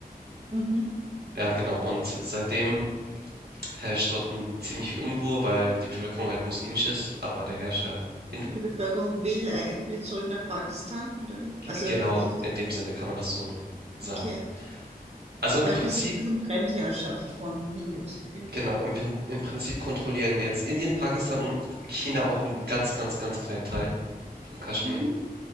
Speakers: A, on the right; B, on the right.
A: Mhm.
B: Ja, genau. Und seitdem herrscht dort n- ziemlich viel Unruhe, weil die Bevölkerung halt muslimisch ist, aber der Herrscher Hindu.
A: Die Bevölkerung will eigentlich will zurück nach Pakistan, oder wie?
B: G-
A: Also
B: Genau,
A: will,
B: in dem Sinne kann man das so sagen.
A: okay.
B: Also im
A: Weil
B: Prinzip,
A: für sie ist das eine Fremdherrschaft von Hindus irgendwie,
B: genau, im,
A: oder?
B: Prin- im Prinzip kontrollieren jetzt Indien, Pakistan und China auch einen ganz, ganz, ganz kleinen Teil von Kaschmir.
A: Mhm.